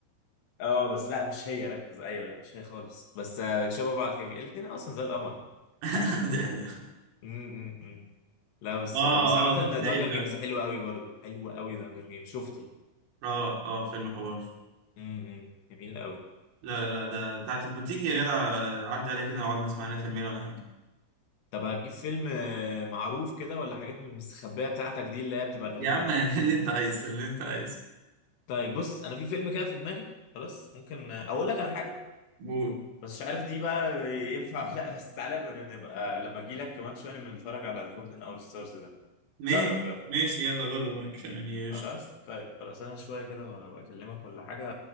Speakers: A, on the left (about 65°); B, on the right (about 80°).
A: اه بس لا مش هي ركز ايوه لا مش هي خالص بس آه شبه بعض كده الاثنين اصلا زي القمر يعني
B: <laughs> دي حقيقه
A: م -م -م. لا بس
B: اه
A: آه بس عامه
B: اه
A: دانجر
B: هي فعلا
A: جيمز حلو قوي برضو حلو قوي دانجر جيمز شفته
B: اه اه فيلم حوار
A: م -م. جميل قوي
B: لا لا لا ده تعالى طب ما تيجي يا جدع آه، عدي عليك كده نقعد نسمع لنا فيلمين ولا حاجه
A: طب هتجيب فيلم آه، معروف كده ولا حاجات من المستخبيه بتاعتك دي اللي هي بتبقى غريبه
B: يا عم <laughs> اللي انت عايزه اللي انت عايزه
A: طيب بص انا في فيلم كده في دماغي خلاص ممكن آه، اقول لك على حاجه
B: قول
A: بس مش عارف دي بقى ينفع ولا لا بس تعالى بقى نبقى لما اجي لك كمان شويه نبقى نتفرج على فولت ان اور ستارز ده
B: ماشي
A: جرب جرب
B: ماشي يلا جرب معاك يعني قشطة
A: خلاص طيب خلاص انا شويه كده هبقى اكلمك ولا حاجه